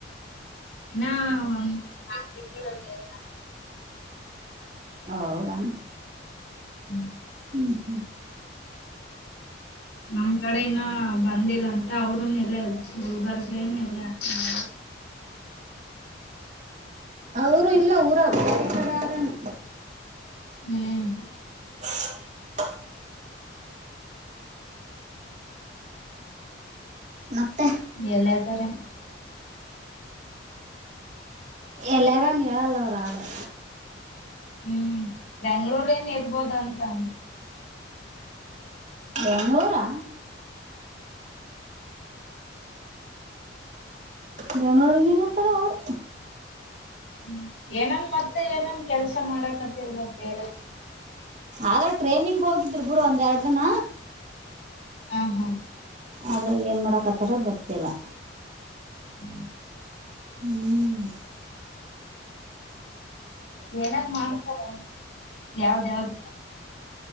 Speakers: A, on the left; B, on the right.
A: ಇನ್ನ ಒಂದ್ ನಾಲ್ಕು ತಿಂಗಳ ಟೈಮ್.
B: ಹೌದೇನು.
A: ಹ್ಮ್
B: ಹ್ಮ ಹ್ಮ್
A: ನಮ್ ಕಡೆ ಇನ್ನಾ ಬಂದಿಲ್ಲ ಅಂತ ಅವ್ರರುನು ಎಲ್ಲೆ ಗುಲ್ಬರ್ಗ ಎನ್ ಎಲ್ಲೆ ಅಂದರಂತ.
B: ಅವರು ಇಲ್ಲ ಊರಾಗ ಬೇರೆ ಕಡೆ ಹಾರ ಏನು.
A: ಹ್ಮ್
B: <inaudible> ಮತ್ತೆ
A: ಎಲ್ಲಿ ಆತಾರೇನು.
B: ಎಲ್ಲಿ ಆರಾ ಏನ್ ಹೇಳಲ್ಲ ಅವರು ಆದ್ರಾ.
A: ಹ್ಮ್ ಬೆಂಗಳೂರ್ ಏನ್ ಇರ್ಬೋದ ಅಂತ ಅಂದ್ರು.
B: ಬೆಂಗಳೂರು ಹಾ, ಬೆಂಗಳೂರಿಗೆ ಏನ್ ಇರ್ತಾರವ ಅವರು.
A: ಹ್ಮ ಏನನ್ ಮತ್ತೆ ಏನನ್ನ ಕೆಲಸ ಮಾಡಕಂತ ಇರಬಹುದು ಬೇರೆ.
B: ಆದ್ರೆ ಟ್ರೈನಿಂಗ್ ಹೋಗಿದ್ರು ಬಿಡು ಒಂದೆರಡು ದಿನ.
A: ಹಾ ಹಾ
B: ಆದ್ರೆ ಏನ್ ಮಾಡಾಕತ್ತಾರ ಗೊತ್ತಿಲ್ಲ.
A: ಹ್ಮ್
B: ಹ್ಮ್
A: ಏನಾರ ಮಾಡ್ತಾರ ಯಾವ್ದ ಯಾವ್ದ